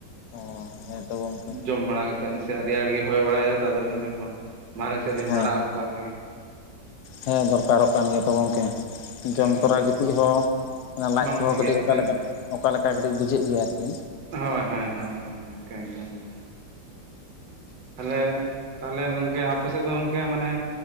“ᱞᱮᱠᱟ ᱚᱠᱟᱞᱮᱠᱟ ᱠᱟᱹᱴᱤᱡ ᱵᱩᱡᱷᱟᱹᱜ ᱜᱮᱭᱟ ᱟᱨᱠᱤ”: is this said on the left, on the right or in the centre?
Left